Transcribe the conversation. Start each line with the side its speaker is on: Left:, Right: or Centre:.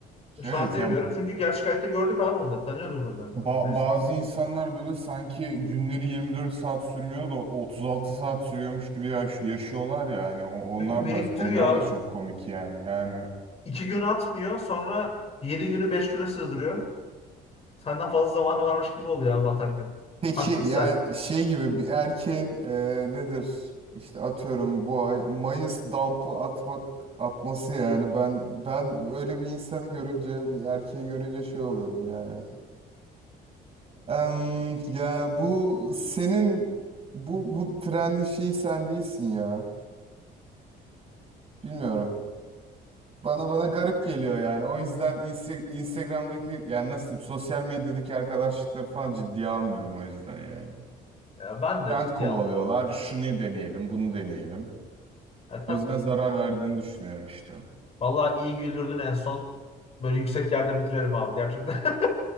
Left: E, Şu
Right: Evet
Left: an demiyorum
Right: ya
Left: çünkü gerçek hayatta gördük abi onları, tanıyorduk onları zaten.
Right: ba-
Left: O yüzden-
Right: bazı insanlar böyle sanki günleri 24 saat sürmüyor da 36 saat sürüyormuş gibi yaş- yaşıyorlar ya yani O- onlar
Left: Çünkü biriktiriyor
Right: da onlar
Left: abi.
Right: da çok komik yani. Yani
Left: İki gün atmıyor sonra yedi günü beş güne sığdırıyor. Senden fazla zamanı varmış gibi oluyor abi atarken.
Right: Peki
Left: Taktiksel.
Right: yani şey gibi bir erkeğin e, nedir? İşte atıyorum bu ay Mayıs dump'ı atmak atması yani ben ben öyle bir insanı görünce bir erkeği görünce şey oluyorum yani. Em, ya bu senin bu bu trendin şeyi sen değilsin ya. Bilmiyorum. Bana bana garip geliyor yani. O yüzden Insta- Instagram'daki yani nasıl diyeyim sosyal medyadaki arkadaşlıkları falan ciddiye almıyorum o yüzden yani.
Left: Ya ben de
Right: Trend
Left: ciddiye
Right: kovalıyorlar.
Left: almıyorum.
Right: Şunu deneyelim, bunu deneyelim.
Left: Ya tabii.
Right: O yüzden zarar verdiğini düşünüyorum işte.
Left: Vallahi iyi güldürdün en son. Böyle yüksek yerde bitirelim abi gerçekten. <laughs>